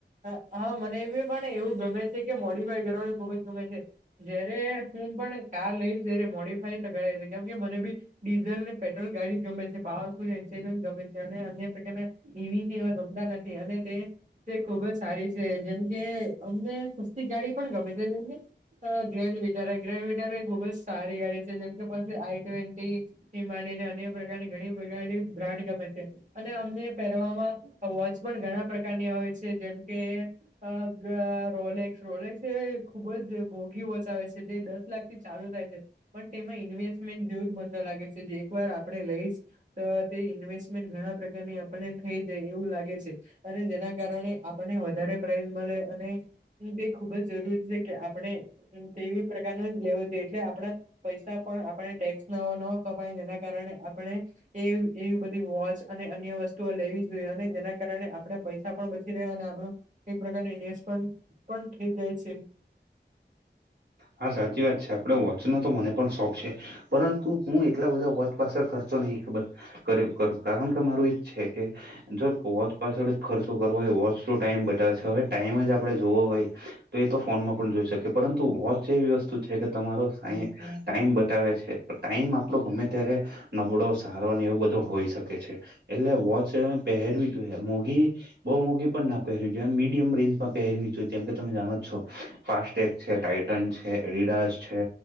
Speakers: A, on the right; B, on the right.
A: હા હા મને એ પણ એવું ગમે છે કે મોડિફાય કરવાનું ખુબ જ ગમે છે. જયારે હું પણ કાર લઈશ જ્યારે મોડીફાય તો કરાવીશ છે કેમ કે મને બી ડીઝલ ને પેટ્રોલ ગાડી ગમે છે પાવરફુલ એન્સેટન ગમે છે અને અન્ય પ્રકારના ઈવી કે એવા ગમતા નથી અને તે ખૂબ જ સારી છે જેમ કે અમને સસ્તી ગાડી પણ ગમે છે જેમ કે અ ગ્રેન્ડ વિટર એ ગ્રેન્ડ વિટર એ ખુબ જ સારી ગાડી છે જેમ કે પસે આઈ ટ્વેન્ટી. એ માંડીને અન્ય પ્રકારની ઘણી બ ગાડી બ્રાન્ડ ગમે છે. અને અમને પેરવામાં વોચ પણ ઘણા પ્રકારની હોય છે જેમ કે અ ગ રોલેક્સ રોલેક્સ એ ખૂબ જ મોઘી વોચ આવે છે તે દસ લાખ થી ચાલુ થાય છે પણ તેમાં ઇન્વેસ્ટમેન્ટ જેવું જ મન તો લાગે છે જે એક વાર આપણે લઈશ. તો તે ઇન્વેસ્ટમેન્ટ ઘણા પ્રકારની આપણને થઈ જાય એવું લાગે છે અને જેના કારણે આપણને વધારે પ્રાઇઝ મલે અને એ તે ખૂબ જ જરૂરી છે કે આપણે તેવી પ્રકારનું જ લેવું જોઈએ એટલે આપડા પૈસા પણ આપણે ટેક્સ ન ન કપાય જેના કારણે આપણે. એ એવી બધી વોચ અને અન્ય વસ્તુઓ લેવી જોઈએ અને જેના કારણે આપણે પૈસ આપણો બચી રે અને આપણો એક પ્રકારનો ઇન્વેસ્ટ પન પન થઈ જાય છે.
B: હા સાચી વાત છે આપડે વોચનો તો મને પણ શોખ છે. પરંતુ હું એટલા બધા વોચ પાસળ ખર્ચો નહી ખબર. કર કરું કારણ કે મારું એ જ છે કે. જો વોચ પાછળ જ ખર્ચો કરવો હોય વોચ ટાઈમ બતાવે છે હવે ટાઈમ જ આપડણે જોવો હોય. તો એ તો ફોનમાં પણ જોઈ શકે પરંતુ વોચ એવી વસ્તુ છે કે તમારો સા ટાઈમ બતાવે છે, ટાઈમ આપણો ગમે ત્યારે નબળો સારો ને એવું બધો હોઈ શકે છે, એટલે વોચ પહેરવી જોઈએ મોઘી બહુ મોઘી પણ ના પહેરવી જોઈએ એમ મીડિયમ રેન્જમાં પહેરવી જેમ કે તમે જાણો છો ફાસ્ટટેગ છે ટાઈટ ટન છે, એડિડાસ છે,